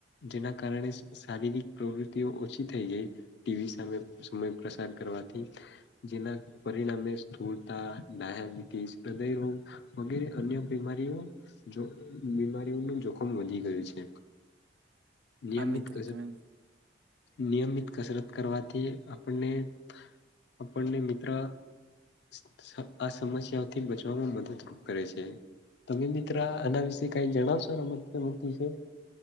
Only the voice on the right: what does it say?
હા મિત્ર
તમે